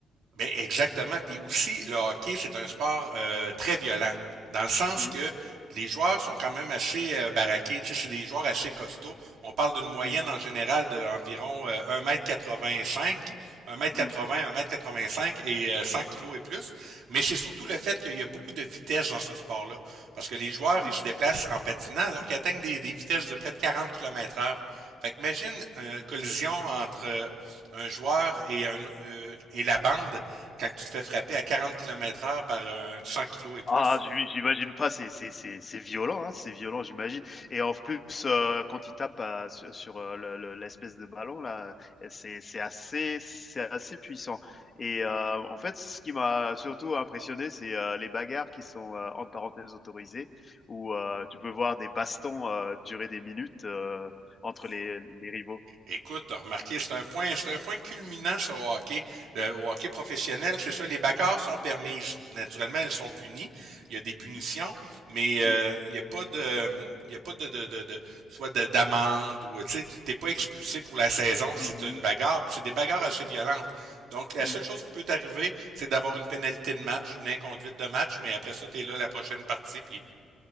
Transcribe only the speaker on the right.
Ben exactement. Puis aussi, le hockey, c'est un sport euh, très violent, dans le sens
que les joueurs sont quand même assez euh, baraqués. Tu sais, c'est des joueurs assez costauds. On parle d'une moyenne
en général d'environ de environ euh, 1m85. 1 un mètre
quatre-vingt, 85 et euh, 100 kg et plus. Mais c'est surtout le fait qu'il y a beaucoup de vitesse dans ce sport-là. Parce que les joueurs,
ils se déplacent en patinant, donc ils atteignent des, des vitesses de près de 40 kilomètres heure. Fait que imagine une collision entre euh, un joueur et, un, euh, et la bande quand tu te fais frapper à 40 km heure par un 100 kg et plus.
Écoute, t'as remarqué, c'est un point, c'est un point culminant ça, au hockey, euh, au hockey professionnel, c'est ça. Les backers sont permises, naturellement, elles sont punies. Il y a des punitions,
mais
euh, il n'y a pas de, il y a pas de, de, de, de soit de- d'amende ou tu sais, t'es pas expulsé pour la saison si
t'as une
bagarre. Puis c'est des bagarres assez violentes. Donc la
seule chose qui peut t'arriver, c'est d'avoir une pénalité de match, une inconduite de match, mais après ça, t'es là la prochaine partie, puis